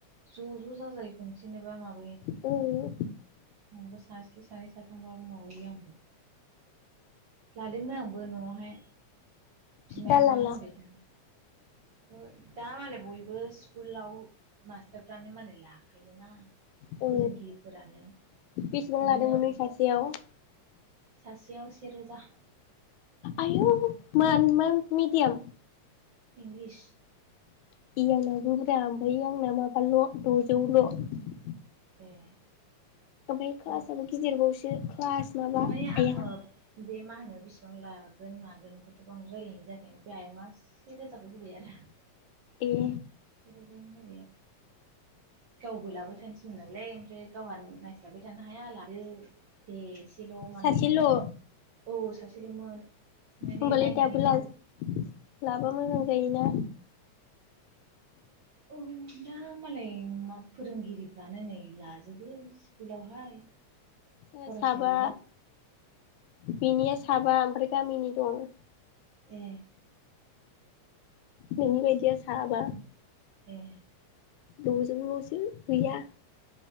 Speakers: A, on the right (about 70°); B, on the left (about 80°).
A: ज' ज' जाजाय खनसेनोबा माबा
B: औ।
A: आंबा सासे सानै साथाम गाहाम माबायो आंबो लादोंमोन आंबो न'आवहाय। बिमायंआ
B: दाला ला
A: होनबाय था। ओ दा मानो बयबो स्कुलाव मास्टारफ्रानो मालाय लाखायोना ।
B: ओ
A: फोरोंगिरिफोरानो
B: बेसेबां
A: बेनो
B: लादोंमोन नों सासेयाव
A: सासेयाव सेे रोजा ।
B: आयौ मान मा मिडियाम?
A: इंलिस।
B: <unintelligible> ब्रा ओमफाय आंना माबाल द'जौल' ।
A: ए।
B: ओमफ्राय क्लासआबो
A: औ
B: गिदिरबावसो । क्लास। माबा
A: माने आङो
B: आया।
A: बे मा होनो बिसिबां लागोन मागोन खौथ' बांद्राय रायज्लायनाय जायाखै ओमफ्राय आयंआ से रोजाखौ होबाय आरो।
B: ए।
A: नों होबाय आरो? गावबो लाबाय थानो थिनो नालाय ओमफ्राय गावहा नायस्लाबाय थानो हाया लादो दे। सेल' माने
B: सासेल'
A: औ सासेल'मोन। माने
B: होमबालाय
A: नायनानै
B: दाबो
A: होदो
B: ला-लाबा मोजां जायोना।
A: औ, दा मालाय मा फोरोंगिरिफ्रानो नै लाजोबो स्कुलावहाय।
B: जोङो
A: फरायसालियाव
B: साबा बेनि साबा ओमफ्राय गामिनि दं।
A: ए।
B: नोंनि बायदिया साबा।
A: ए।
B: द'जौ लसो गैया।